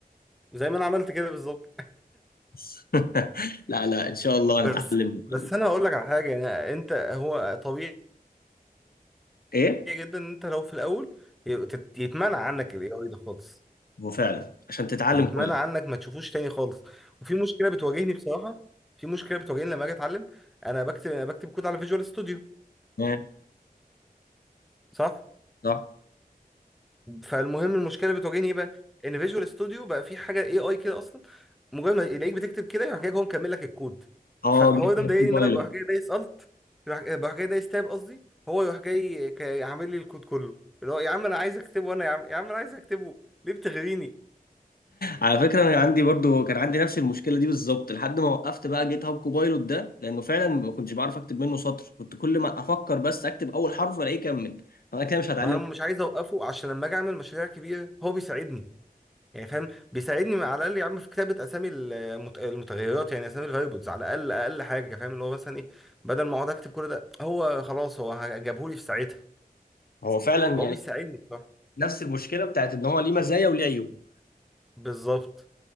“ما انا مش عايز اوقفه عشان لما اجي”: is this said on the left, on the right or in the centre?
Centre